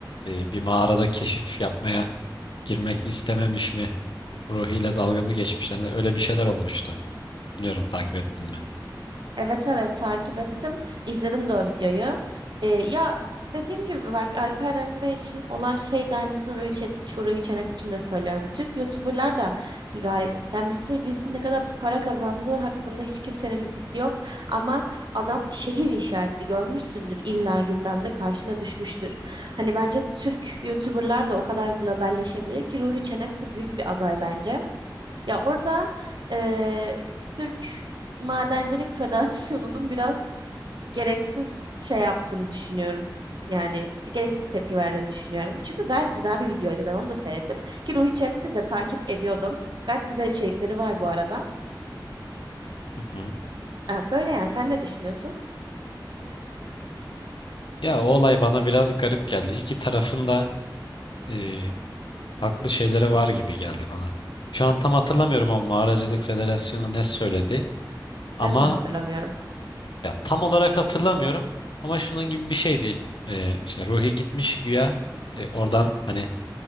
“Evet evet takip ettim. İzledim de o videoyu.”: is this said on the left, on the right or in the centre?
Right